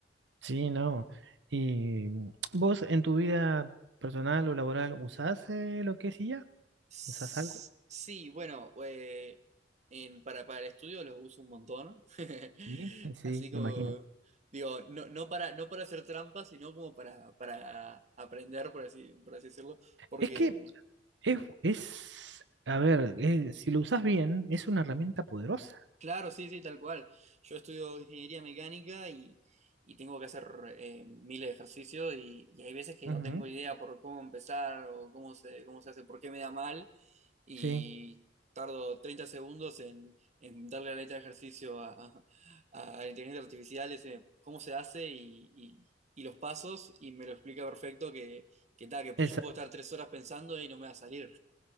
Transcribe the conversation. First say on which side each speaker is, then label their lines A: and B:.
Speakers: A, on the right; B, on the right.
A: Sí, no. ¿Y vos en tu vida personal o laboral usás eh, lo que es IA?
B: S-
A: ¿Usás algo?
B: Sí, bueno, eh, en- para, para el estudio los uso un montón. <laughs>
A: Sí, sí,
B: Así como,
A: me imagino.
B: digo, no, no para, no para hacer trampas, sino como para, para aprender, por así, por así decirlo. Porque,
A: Es que es, es a ver, eh, si lo usás bien, es una herramienta poderosa.
B: claro, sí, sí, tal cual. Yo estudio ingeniería mecánica y, y tengo que hacer eh, miles de ejercicios y, y hay veces que
A: Ujú,
B: no tengo idea por cómo empezar o cómo se, cómo se hace, por qué me da mal. y
A: Sí,
B: tardo 30 segundos en, en darle la letra de ejercicio a, a, a inteligencia artificial, ese, cómo se hace y, y- y los pasos, y me lo explica perfecto que, que tal, que pues
A: exacto.
B: yo puedo estar tres horas pensando y no me va a salir.